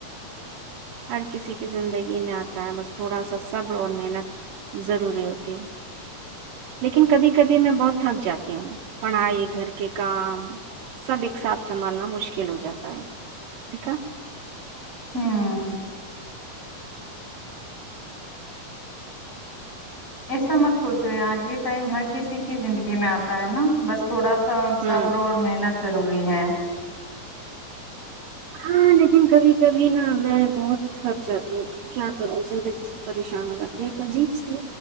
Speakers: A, on the right; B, on the left.
A: ہر کسی کی زندگی میں آتا ہے بس تھوڑا سا صبر اور محنت ضروری ہو تی لیکن کبھی کبھی میں بہت تھک جاتی ہوں پڑھائی گھر کے کام سب ایک ساتھ سنبھالنا مشکل ہو جاتا ہے ٹھیکا
B: ہوں ایسا مت سوچو یار یہ ٹائم ہر کسی کی زندگی میں آتا ہے نا بس تھوڑا سا
A: ہوں
B: سب روز محنت ضروری ہے
A: ہاں لیکن کبھی کبھی نا میں بہت تھک جاتی ہوں کیا کروں زندگی سے پریشان ہو جاتی ہے ایک عجیب سی